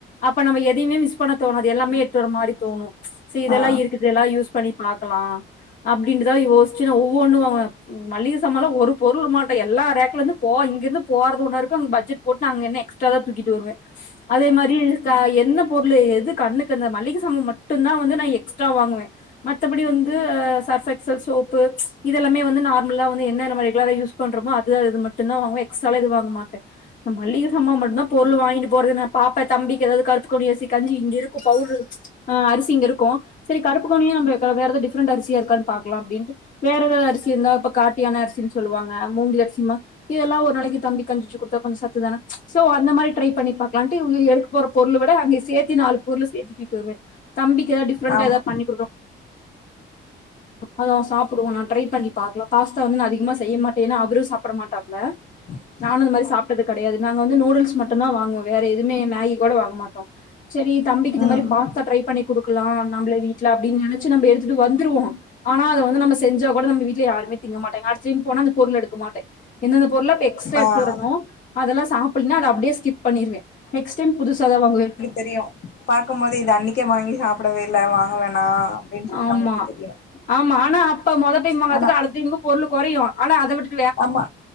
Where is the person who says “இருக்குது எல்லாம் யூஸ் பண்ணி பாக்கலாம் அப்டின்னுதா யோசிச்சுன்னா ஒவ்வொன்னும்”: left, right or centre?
Left